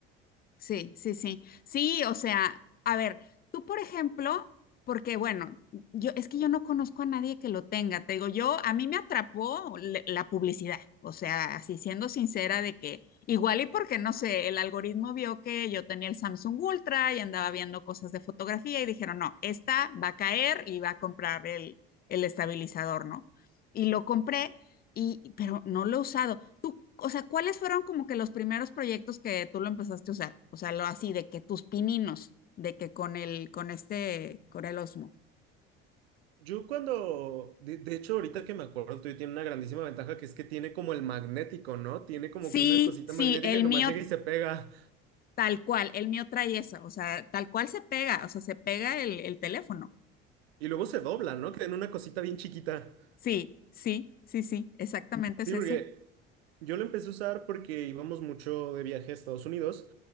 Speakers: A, on the left; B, on the right.
A: sí, sí, sí. Sí, o sea, a ver, tú por ejemplo, porque bueno, yo es que yo no conozco a nadie que lo tenga, te digo, yo a mí me atrapó le- la publicidad, o sea, así siendo sincera de que igual y porque no sé, el algoritmo vio que yo tenía el Samsung Ultra y andaba viendo cosas de fotografía y dijeron, "No, esta va a caer y va a comprar el el estabilizador, ¿no?" Y lo compré. y, pero no lo he usado. Tú, o sea, ¿cuáles fueron como que los primeros proyectos que tú lo empezaste a usar? O sea, lo así de que tus pininos, de que con el, con este, con el Osmo.
B: Yo cuando, de, de hecho, ahorita que me acuerdo, tú tiene una grandísima ventaja que es que tiene como el magnético, ¿no? Tiene como
A: Sí,
B: que una cosita
A: sí,
B: magnética
A: el
B: que nomás
A: mío
B: llega y se pega.
A: tal cual, el mío trae eso, o sea, tal cual se pega, o sea, se pega el, el teléfono.
B: Y luego se dobla, ¿no? Que en una cosita bien chiquita.
A: Sí, sí, sí, sí, exactamente
B: Sí,
A: es ese.
B: porque yo lo empecé a usar porque íbamos mucho de viaje a Estados Unidos